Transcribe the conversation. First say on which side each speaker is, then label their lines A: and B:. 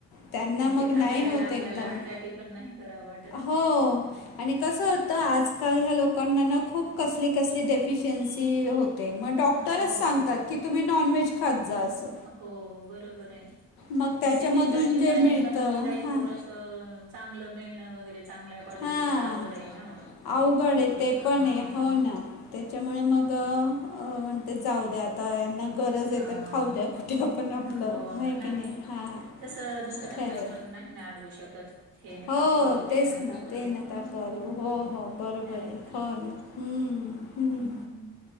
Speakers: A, on the left; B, on the right.
A: त्यांना
B: आणि
A: मग
B: ते खाऱ्याला
A: नाही होत
B: आपल्या
A: एकदम
B: आड काटी पण नाही कराव ट
A: हो आणि कसं हो- त आजकाल ह्या लोकांना ना खूप कसली कसली डेफिशियन्सी होत. ते मग डॉक्टरच
B: हो.
A: सांगतात की तुम्ही नॉनव्हेज खात जा असं.
B: हो बरोबर आहे
A: मग त्याच्यामधून
B: पण सिटीच्या ठिकाणी
A: जे मिळतं
B: पण ताई
A: हां
B: थोडंसं. अ चांगलं मिळणं वगैरे चांगला क्वालिटीच
A: हां
B: अवघड आहे ना ते
A: अवघड
B: पण
A: आहे
B: थोडंसं
A: ते
B: अं
A: पण आहे हो ना त्याच्यामुळे मग म्हणते जाऊ द्या आता यांना गरज
B: हा
A: आहे तर खाऊ द्या कुठे आपण आपलं
B: हो
A: होय
B: ना नाही
A: की हां
B: कसं दुस दुसऱ्यांना
A: खरे
B: आपण नाही ना अडवू शकत. हे नका
A: हो
B: करू, ते
A: तेच
B: नका
A: ना
B: करू.
A: तेच ना नका
B: हां.
A: करू हो हो बरोबर
B: काय
A: आहे
B: तर.
A: हो ना हम्म. हम्.
B: हं.